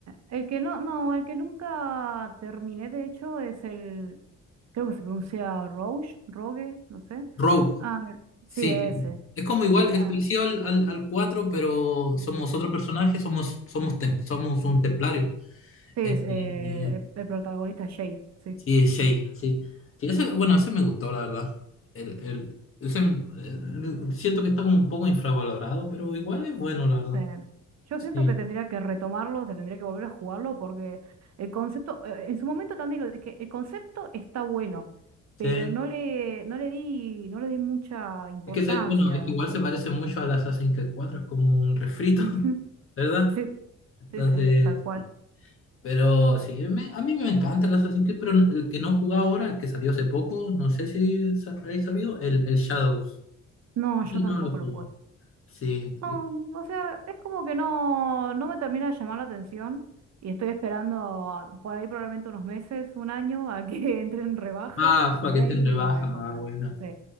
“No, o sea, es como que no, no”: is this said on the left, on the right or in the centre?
Right